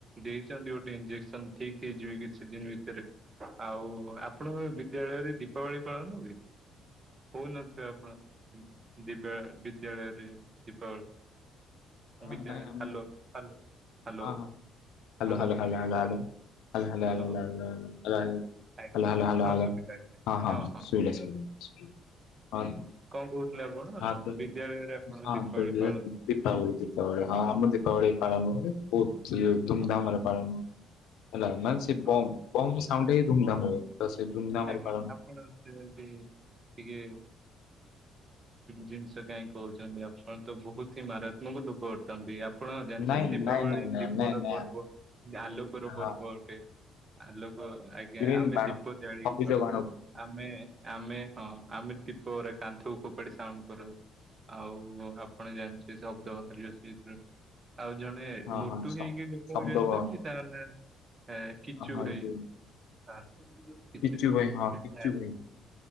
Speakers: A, on the right; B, on the left.
A: ଦେଇଛନ୍ତି ଗୋଟେ ଇଞ୍ଜେକ୍ସନ ଠିକ ହେଇଯିବି କିଛି ଦିନ ଭିତରେ ଆଉ ଆପଣଙ୍କ ବିଦ୍ୟାଳୟରେ ଦୀପାବଳି ପାଳନ ହୁଏ? ହଉନଥିବେ ଆପଣ ଦିବା ବିଦ୍ୟାଳୟରେ ଦୀପାବଳି।
B: ହଁ
A: ବିଦ୍ୟା
B: ନାଇଁ ଆମ
A: ହ୍ୟାଲୋ ହଲୋ ହ୍ୟାଲୋ।
B: ହଁ ହଁ। Hello
A: hello
B: hello
A: hello
B: ହାଲୋ hello hello hello
A: hello
B: hello hello
A: ଆଜ୍ଞା
B: hello ହଲା ହଲା
A: ହଁ
B: ହଲା
A: ସୁବିଲା ଏବେ
B: ହଁ ହଁ ଶୁଭିଲା ଶୁଭିଲା
A: କୁହ।
B: ହଁ।
A: କଣ କହୁଥିଲେ ଆପଣ
B: ହଁ ତ
A: ବିଦ୍ୟାଳୟରେ ଆପଣ
B: ହଁ
A: ଦୀପାବଳି ପାଳନ
B: ଦୀପାବଳି ଦୀପାବଳି ହଁ ଆମର ଦୀପାବଳି ପାଳନ ହୁଏ। ବହୁତ
A: ହଁ
B: ଧୁମଧାମରେ ପାଳନ ହେଲା ମାନେ ସେ
A: ହଁ
B: ବମ୍ ବମ୍ ସାଉଣ୍ଡ ହେଇ ଧୁମଧାମ ରେ। ତ ସେ ଧୁମଧାମ
A: ଆଜ୍ଞା
B: ପାଳନ
A: ଆପଣ <unintelligible> ଟିକେ ଜିନିଷ କାଇହିଁ କହୁଛନ୍ତି ଆପଣ ତ ବହୁତ ହିଁ ମାରାତ୍ମକ ଲୋକ ଅଟନ୍ତି। ଆପଣ ଜାଣିଛନ୍ତି
B: ନାଇଁ
A: ଦୀପାବଳି
B: ନାଇଁ ନାଇଁ ନାଇଁ
A: ଦୀପର
B: ନାଇଁ ନାଇଁ
A: ପର୍ବ ଆଲୋକର ପର୍ବ
B: ହଁ
A: ଅଟେ। ଆଲୋକ ଆଜ୍ଞା
B: ଗ୍ରୀନ୍
A: ଆମେ
B: ବାଣ
A: ଦୀପ ଜାଳିକି
B: ସବୁଜ
A: ପାଳୁଛୁ
B: ବାଣ
A: ଆମେ ଆମେ ହଁ। ଆମେ ଦୀପ ଉରା କାନ୍ଥ କୁ ଫୋପାଡି ସାଉଣ୍ଡ କରାଉ। ଆପଣ ଜାଣିଥିବେ <unintelligible> ଯେମ ଶବ୍ଦ ହରଛି ଆଉ ଜଣେ
B: ହଁ
A: ମୋଟୁ
B: ହଁ ସ
A: ହେଇକି ଲୋକକୁ
B: ଶବ୍ଦ
A: ଜାଣିଛନ୍ତି
B: ବ
A: ତାହେଲେ ଏ କିଛୁ
B: ହଁ
A: ହେଇ
B: ଯୋଉ
A: ଆ କିଛିା
B: ପିଚୁ ଭାଇ
A: ହଁ <unintelligible>
B: ପିଚୁ ଭାଇ